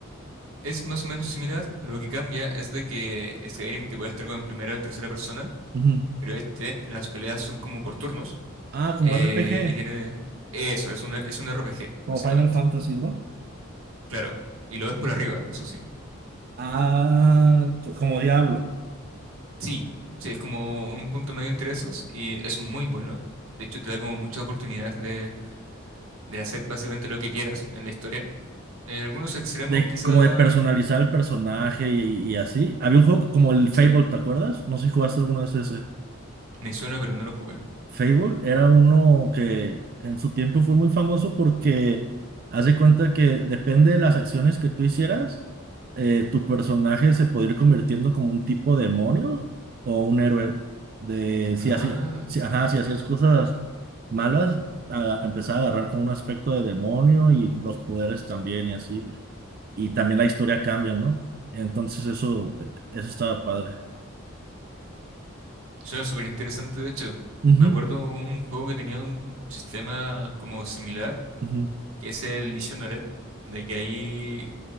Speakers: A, on the right; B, on the right.
A: Es más o menos similar, lo que cambia es de que Skyrim que puede estar con primera o en tercera persona,
B: Ujú.
A: pero este, las peleas son como por turnos,
B: Ah, como
A: eh,
B: R P G
A: y tiene eso, es una, es un RPG,
B: como
A: básicamente.
B: Final Fantasy, ¿no?
A: Claro, y lo ves por arriba, eso sí.
B: Ah, co- como Diablo.
A: Sí, sí, es como un punto medio entre esos, y es muy bueno. De hecho, te da como muchas oportunidades de, de hacer básicamente lo que quieras en la historia. En algunos extremos
B: De,
A: quizá,
B: como de personalizar el personaje y, y así. Había un juego como el Fable,
A: sí,
B: ¿te acuerdas? No sé si jugaste alguno de ese.
A: me suena, pero no lo jugué.
B: Fable era uno que en su tiempo fue muy famoso porque haz de cuenta que depende de las acciones que tú hicieras, eh, tu personaje se podía ir convirtiendo como un tipo demonio o un héroe. De si
A: Ah.
B: hacía, si, ajá, si hacías cosas malas, a- empezaba a agarrar con un aspecto de demonio y los poderes también y así. Y también la historia cambia, ¿no? Entonces eso, eso estaba padre.
A: Suena súper interesante, de hecho.
B: Ujú,
A: Me acuerdo un juego que tenía un sistema como similar,
B: ujú.
A: que es el Dishonored de que ahí